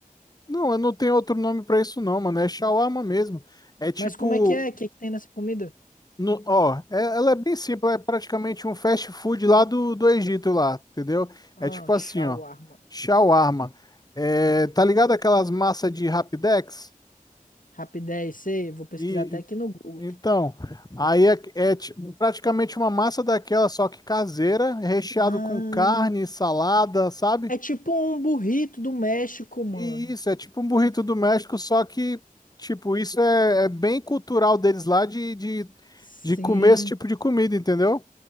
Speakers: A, on the left; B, on the left.
A: Não, eu não tenho outro nome pra isso não, mano. É shawarma mesmo. É tipo
B: Mas como é que é? O que que tem nessa comida?
A: No, ó, é- ela é bem simples, é praticamente um fast food lá do, do Egito lá, entendeu?
B: Ah,
A: É tipo
B: shawarma.
A: assim, ó, shawarma. É, tá ligado aquelas massas de Rapidex?
B: Rapidez, sei. Vou pesquisar
A: E,
B: até aqui
A: e-
B: no Google.
A: então, aí é, é ti- praticamente uma massa daquela, só que caseira, recheado
B: Ah,
A: com carne, salada, sabe?
B: é tipo um burrito do México, mano.
A: E isso, é tipo um burrito do México, só que, tipo, isso é, é bem cultural deles lá de, de,
B: Sim.
A: de comer esse tipo de comida, entendeu?